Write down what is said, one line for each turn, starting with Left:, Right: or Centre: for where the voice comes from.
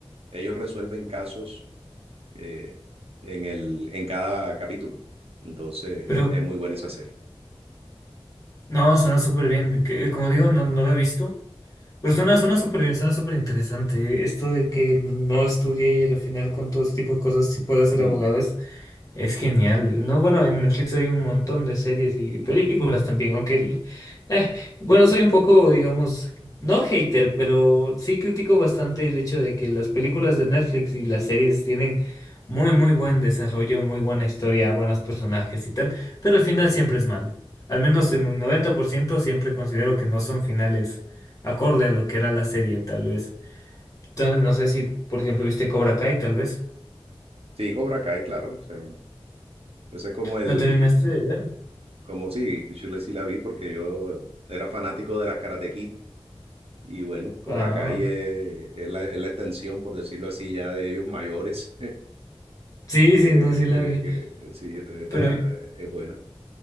Right: ellos resuelven casos eh, en, el, en cada capítulo. Entonces,
Left: Pero
Right: es muy buena esa serie.
Left: no, suena súper bien. que- como digo, no, no lo he visto. Pero suena, suena súper bien, suena súper interesante. ¿eh? Esto de que no estudié y al final con todo este tipo de cosas sí pueda ser
Right: Mm.
Left: abogado es genial. No, bueno, en Netflix hay un montón de series y
Right: <laughs>
Left: películas también, aunque, el- eh, bueno, soy un poco, digamos, no hater, pero sí critico bastante el hecho de que las películas de Netflix y las series tienen muy, muy buen desarrollo, muy buena historia, buenos personajes y tal, pero el final siempre es malo. Al menos en un 90% siempre considero que no son finales acorde a lo que era la serie, tal vez. Entonces, no sé si, por ejemplo, viste Cobra Kai, tal vez.
Right: Sí, Cobra Kai, claro. o sea, ese es como el,
Left: ¿Lo terminaste de ver?
Right: como sí, yo sí la vi porque yo era fanático de las Karate Kid Y bueno, Cobra
Left: Ah.
Right: Kai es, es la, es la extensión, por decirlo así, ya de ellos mayores.
Left: Sí,
Right: <laughs>
Left: sí,
Right: que-
Left: no, sí la
Right: que-
Left: vi.
Right: que- sí, entonces está,
Left: Pero
Right: es buena.